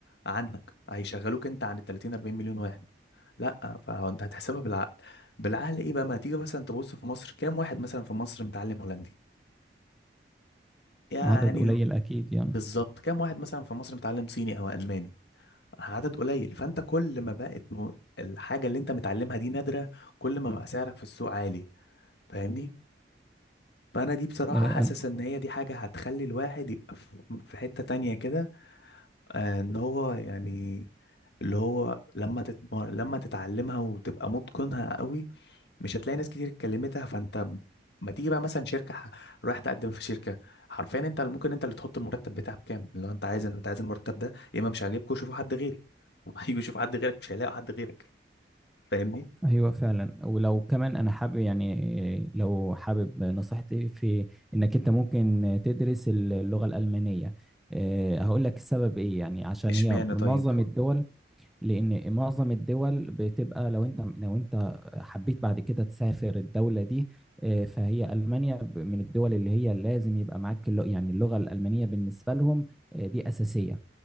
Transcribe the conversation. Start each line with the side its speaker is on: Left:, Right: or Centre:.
Left: عنك هيشغلوك أنت عن ال 30 40 مليون واحد لا فهو انت هتحسبها بالعقل بالعقل ايه بقى ما تيجي مثلا تبص في مصر كام واحد مثلا في مصر متعلم هولندي يعني
Centre: عدد قليل اكيد يعني
Left: بالظبط كام واحد مثلا في مصر متعلم صيني او الماني عدد قليل فانت كل ما بقت م- الحاجه اللي انت متعلمها دي نادره كل ما بقى سعرك في السوق عالي فاهمني فانا دي بصراحه
Centre: آه،
Left: حاسس ان هي دي حاجه هتخلي الواحد يبقى في في حته تانية كده آه، ان هو يعني اللي هو لما تتم... لما تتعلمها وتبقى متقنها قوي مش هتلاقي ناس كتير اتكلمتها فانت ب- ما تيجي بقى مثلا شركه ح- رايح تقدم في شركه حرفيا انت اللي ممكن انت اللي تحط المرتب بتاعك كام لو انت عايز انت عايز المرتب ده يا اما مش عاجبكوا شوفوا حد غيري <laughs> هيجوا يشوفوا حد غيرك مش هيلاقوا حد غيرك فاهمني
Centre: ايوه فعلا ولو كمان انا حابب يعني لو حابب نصيحتي في انك انت ممكن تدرس اللغه الالمانيه أه، هقول لك السبب ايه يعني عشان
Left: اشمعنى
Centre: هي معظم
Left: طيب
Centre: الدول لان معظم الدول بتبقى لو انت لو انت حبيت بعد كده تسافر الدوله دي أه، فهي المانيا ب- من الدول اللي هي لازم يبقى معاك اللغة يعني اللغه الالمانيه بالنسبه لهم أه، دي اساسيه